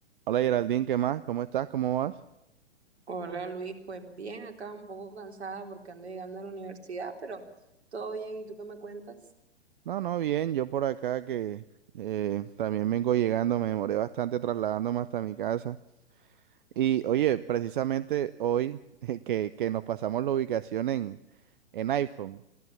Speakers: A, on the right (about 45°); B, on the right (about 65°).
A: Hola Geraldine, ¿qué más? ¿Cómo estás? ¿Cómo vas?
B: Hola Luis, pues bien, acá un poco cansada porque ando llegando a la universidad, pero todo bien, ¿y tú qué me cuentas?
A: No, no, bien, yo por acá que eh, también vengo llegando, me demoré bastante trasladándome hasta mi casa. Y oye, precisamente hoy <laughs> que, que nos pasamos la ubicación en, en iPhone,